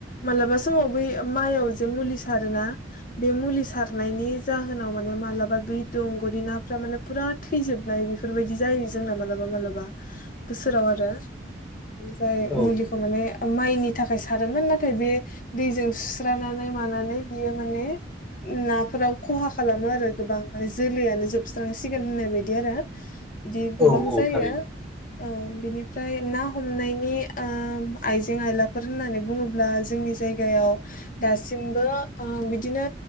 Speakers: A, on the left; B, in the centre.
A: मालाबा समाव बै माइयाव जे मुलि सारोना बे मुलि सारनायनि जाहोनाव माने मालाबा बे दंग'नि नाफ्रा माने फुरा थैजोबनाय बेफोरबायदि जायो जोंना मालाबा मालाबा। बोसोराव आरो जाय
B: औ
A: मुलिखौ
B: औ
A: माने माइनि थाखाय सारोमोन नाथाय बे दैजों सुस्रानानै मानानै बियो माने नाफोराव खहा खालामो आरो गोबां माने जोलैयानो जोबस्रांसिगोन होननाय बायदि आरो। बिदि
B: औ
A: गोबां
B: औ
A: जायो।
B: थारैनो
A: औ बिनिफ्राय ना हमनायनि ओ आइजें आइलाफोर होननानै बुङोब्ला जोंनि जायगायाव दासिबो ओ बिदिनो